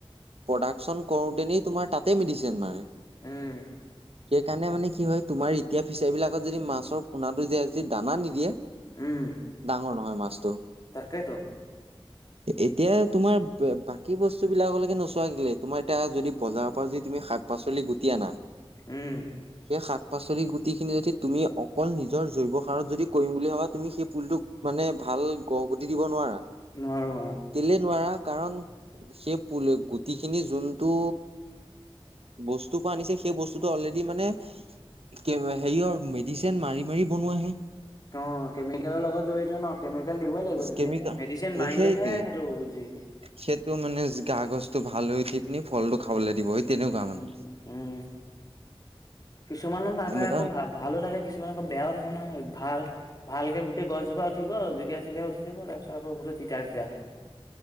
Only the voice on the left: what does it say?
উম।
উম।
তাকেতো।
উম।
নোৱাৰোঁ।
অ'! কেমিকেলৰ লগত জড়িত ন'। কেমিকেল দিবই লাগিব, তেতিয়াহে।
মেডিচিন মাৰিলেহে,
সেইটো জী
উম, উম। কিছুমানৰ তাতে,
আকৌ ভা-ভালোঁ থাকে। কিছুমান আকৌ, বেয়াও থাকে নহয়, ভাল-ভালকে গু এই, গছজোপা উঠিব। জিকাই-চিকাই উঠি যাব, তাৰপিছত আকৌ, গোটেই তিতা-তিতা হয়।